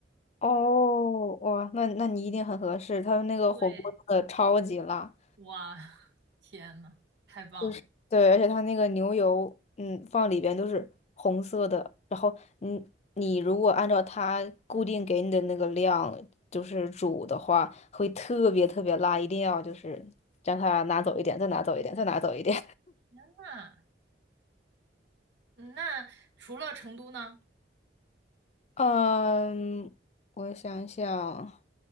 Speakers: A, on the left; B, on the right.
A: 哦，哇，那那你一定很合适，他们那个火锅真的超级辣，
B: 对，哇，天呐，太棒了！
A: 就是对，而且他那个牛油，嗯，放里边都是红色的，然后你你如果按照它固定给你的那个量，就是煮的话，会特别特别辣，一定要就是将它拿走一点，再拿走一点，再拿走一点。
B: 那那除了成都呢？
A: 嗯，我想想，